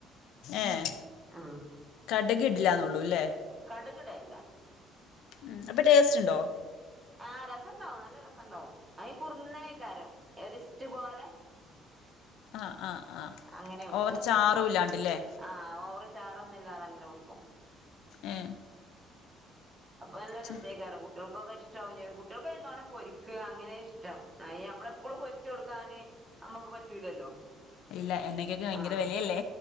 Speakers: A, on the left; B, on the right.
A: ഏഹ്
B: ഉം
A: കടുക് ഇടില്ലാന്നേയുള്ളൂല്ലേ
B: അട കടയല്ല
A: ഉം അപ്പൊ ടേസ്റ്റ് ഉണ്ടോ
B: ആഹ് രസം ഉണ്ടാവും നല്ല രസം ഉണ്ടാവും കുറുനേരേകാരം റിസ്റ്റ് പോലെ <inaudible>
A: ആഹ് ആഹ് ആഹ്
B: അങ്ങനെ വെക്ക
A: ഓവറ് ചാറും ഇല്ലാണ്ട് അല്ലേ
B: ആഹ് ഓവറ് ചാറൊന്നും ഇല്ലാതെ അങ്ങനെ വെക്കും
A: ഏഹ്
B: അപ്പൊ നല്ല
A: ഛെ
B: രസായി ക്കാണും കുട്ടികൾക്കൊക്കെ ഇഷ്ടാവും കുട്ടികൾക്ക് തോനെ പൊരിക്ക് അങ്ങനെ ഇഷ്ടം അയിന് നമ്മളെപ്പോഴും പൊരിച്ചു കൊടുക്കാന് നമ്മുക്ക് പറ്റൂലല്ലോ
A: ഇല്ല എണ്ണക്കൊക്കെ ഭയങ്കര
B: ആഹ്
A: വിലയല്ലേ